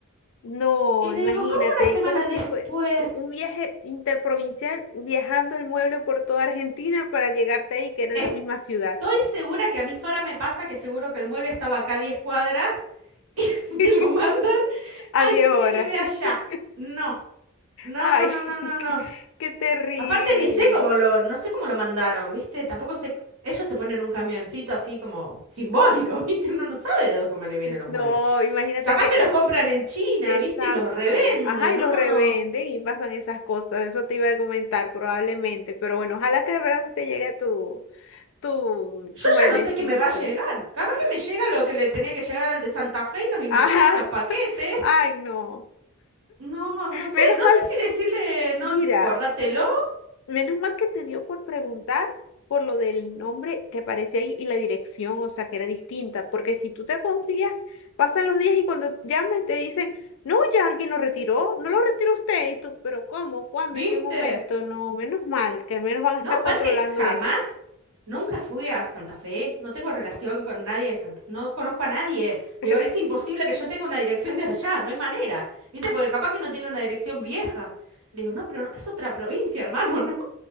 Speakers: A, on the left (about 60°); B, on the right (about 70°).
A: No,
B: Y le
A: imagínate,
B: digo, ¿cómo una semana
A: es como si
B: después?
A: fue u- un viaje interprovincial viajando el mueble por toda Argentina para llegarte ahí, que era
B: Estoy
A: en la misma ciudad,
B: segura que a mí sola me pasa que seguro que el mueble estaba acá a 10 cuadras <laughs> y
A: <laughs>
B: me lo mandan.
A: a
B: Ay,
A: 10
B: sí
A: horas.
B: te vive allá.
A: <laughs>
B: No, no,
A: Ay,
B: no, no, no, no,
A: <laughs> qué,
B: no.
A: qué terrible.
B: Aparte ni sé cómo lo, no sé cómo lo mandaron, ¿viste? Tampoco sé, ellos te ponen un camioncito así como simbólico, <laughs> ¿viste? Uno no sabe de dónde- cómo le vienen los
A: No,
B: muebles.
A: imagínate
B: Capaz
A: que,
B: que los compran en China,
A: exacto.
B: ¿viste? Y los revenden,
A: Ajá, y los
B: uno
A: revenden
B: no.
A: y pasan esas cosas. Eso te iba a comentar probablemente, pero bueno, ojalá que de verdad sí te llegue tu, tu,
B: Yo
A: tu mueblecito.
B: ya no sé qué me va a llegar. Capaz que me llega lo que le tenía que llegar al de Santa Fe y nos invirtieron
A: Ajá,
B: los paquetes.
A: <laughs> ay, no.
B: No, no sé,
A: Menos
B: no
A: mal,
B: sé si decirle, no,
A: mira.
B: guárdatelo,
A: Menos mal que te dio por preguntar por lo del nombre que aparece ahí y la dirección, o sea, que era distinta, porque si tú te confías, pasan los días y cuando llamen te dicen, no, ya alguien lo retiró, no lo retiró usted, y tú, pero ¿cómo? ¿Cuándo?
B: ¿viste?
A: ¿En qué momento? No, menos mal, que al menos van a
B: No,
A: estar
B: aparte,
A: controlando
B: jamás,
A: eso.
B: nunca fui a Santa Fe, no tengo relación con nadie de Santa, no conozco a nadie. Le
A: <laughs>
B: Digo, es imposible que yo tenga una dirección de allá, no hay manera, ¿viste? Porque capaz que no tiene una dirección vieja. Le digo, no, pero no, es otra provincia, hermano, <laughs> no.